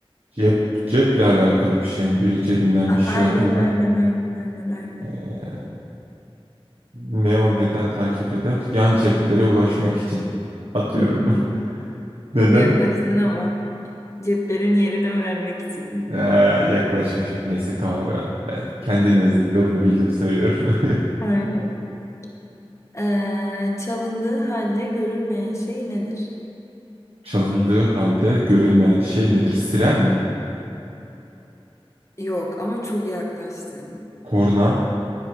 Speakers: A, on the right; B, on the left.
A: Cep, ceple alakalı bir şey mi? Biri cebinden
B: A-
A: bir şey
B: aynen,
A: alıyor.
B: aynen, aynen, aynen, aynen.
A: Ee, ne o neden takip eder? Yan ceplere ulaşmak için atıyorum.
B: <laughs>
A: <laughs> Neden?
B: Çok yaklaştın ama ceplerin yerini öğrenmek için.
A: Ee, yaklaşmışım. Neyse tamam ben, ben kendi nezdimde bunu bildim sayıyorum. <laughs>
B: <laughs> Aynen. Ee, çalındığı halde görülmeyen şey nedir?
A: Çalındığı halde görünmeyen şey nedir? Siren mi?
B: Yok ama çok yaklaştın.
A: Korna?